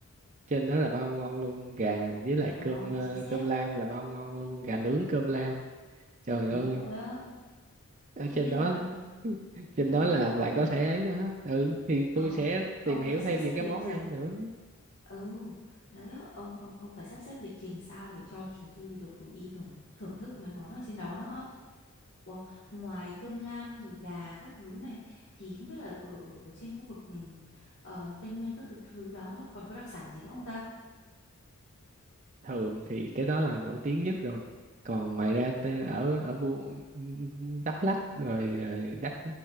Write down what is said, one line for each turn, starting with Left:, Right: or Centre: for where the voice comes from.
Right: trên đó là bao ngon luôn gà với lại
Left: ờ,
Right: cơm ờ,
Left: chính xác
Right: cơm lam là bao ngon luôn gà nướng cơm lam trời
Left: đúng
Right: ơi
Left: rồi á
Right: ở
Left: cho
Right: trên
Left: nên
Right: đó
Left: là
Right: trên
Left: cho
Right: đó
Left: nên
Right: là
Left: là ông
Right: bạn có thể ấy đó ừ thì tôi
Left: ờ,
Right: sẽ
Left: ông
Right: tìm hiểu
Left: phải sắp
Right: thêm
Left: xếp
Right: những cái
Left: lịch
Right: món
Left: trình
Right: ăn nữa
Left: ừ đấy á, ông ông ông phải sắp xếp lịch trình sao để cho chúng tôi được đi thưởng thưởng thức mấy món ở trên đó nữa Ủa, ngoài cơm lam rồi gà các thứ này thì không biết là ở ở ở trên khu vực ừ, ờ, Tây Nguyên các thứ đó còn có đặc sản gì nữa không ta
Right: thường thì cái đó là nổi tiếng nhất rồi còn ngoài ra ta- ở ở Bu- Đắk Lắk rồi, rồi Đắk